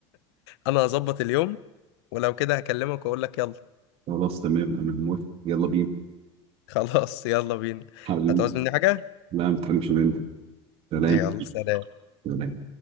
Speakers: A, on the left; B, on the right.
A: انا هظبط اليوم ولو كده هكلمك واقول لك يلا
B: خلاص تمام انا موافق يلا بينا
A: <laughs> خلاص يلا بينا
B: حبيبي
A: هتعوز مني حاجة
B: لا ما تحرمش مني سلام
A: يلا سلام
B: سلام